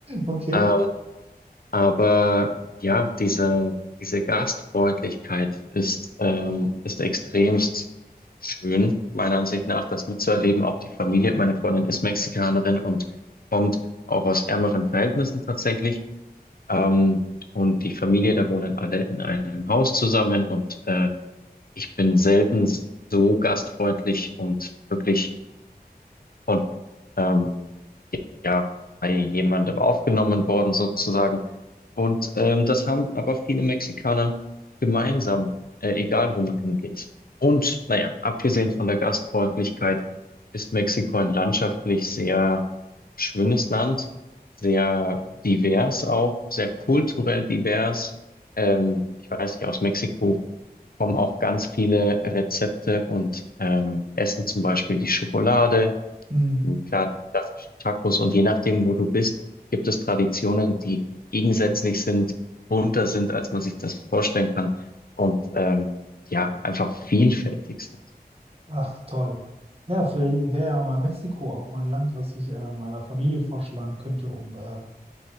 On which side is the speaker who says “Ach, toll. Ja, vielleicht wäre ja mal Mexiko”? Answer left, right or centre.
Right